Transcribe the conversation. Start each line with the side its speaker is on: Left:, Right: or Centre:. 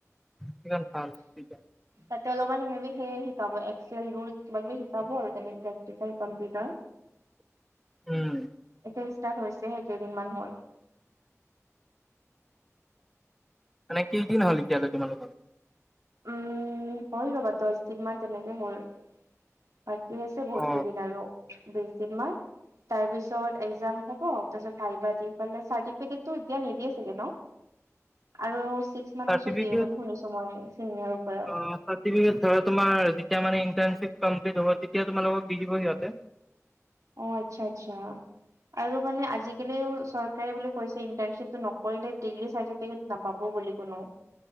Centre: কিমান ভাল সেইটা।
Right: তাতে অলপমান মে বি সেয়ে শিকাব এক্স- চেল ৰুল কিবা-কিবি শিকাব আৰু তেনেকে প্ৰেক্টিকেল, কম্পিউটাৰ।
Centre: উম।
Right: এতিয়া ষ্টাৰ্ট হৈছেহে কেইদিনমান হ'ল।
Centre: মানে, কেইদিন হ'ল এতিয়ালৈ তোমালোকৰ?
Right: উম, হ'ল ৰ'বা দহ দিন মান তেনেকে হ'ল। বাকী আছে বহুত
Centre: অ
Right: কেইদিন আৰু বিশ দিন মান। তাৰ পিছত এক্জাম হব, তাৰপিছত ভাইবা দি পিনে চাৰ্টিফিকেটটো এতিয়া নিদিয়ে চাগে ন?
Centre: <unintelligible>
Right: আৰু ছিক্স মান্থ
Centre: চাৰ্টিফিকেট
Right: পিছত দিয়ে বুলি শুনিছোঁ মই চিনিয়ৰৰ পৰা।
Centre: আ চাৰ্টিফিকেট ধৰা, তোমাৰ যেতিয়া ইণ্টাৰ্ণশিপ কমপ্লিট হ'ব, তেতিয়া তোমালোকক দি দিব সিহঁতে।
Right: অ', আচ্ছা, আচ্ছা আৰু মানে আজিকালি চৰকাৰে বুলি কৈছে, ইণ্টাৰ্নশিপটো নকৰিলে ডিগ্ৰী চাৰ্টিফিকেট নাপাব বোলে কোনো।